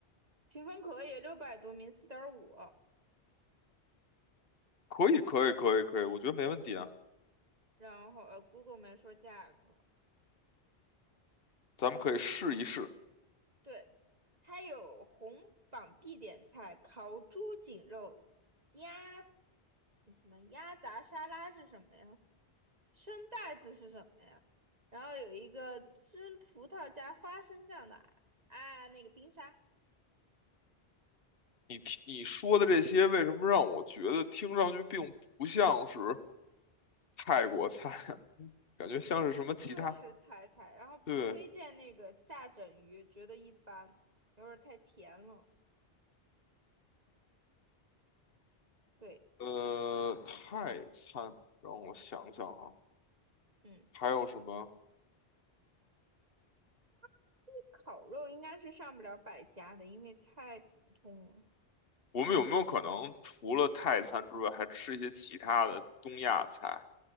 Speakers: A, on the right (about 40°); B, on the left (about 60°).
A: 评分可以，六百多名，四点五，
B: 可以，可以，可以，可以，我觉得没问题啊，
A: 然后呃谷歌 o 没说价格，
B: 咱们可以试一试。
A: 对，它有红榜必点菜，烤猪颈肉、鸭什么鸭杂沙拉是什么呀？生带子是什么呀？然后有一个蒸葡萄加花生酱的啊，那个冰沙。
B: 你提你说的这些，为什么让我觉得听上去并不像是泰国菜，<laughs> 感觉像是什么其他？
A: 但就是踩踩，然后不推荐那个炸整鱼，
B: 对，
A: 觉得一般，有点儿太甜了。对，
B: 呃，泰餐，让我想想啊，
A: 嗯，
B: 还有什么？
A: 西烤肉应该是上不了百家的，因为太普通了。
B: 我们有没有可能除了泰餐之外，还吃一些其他的东亚菜？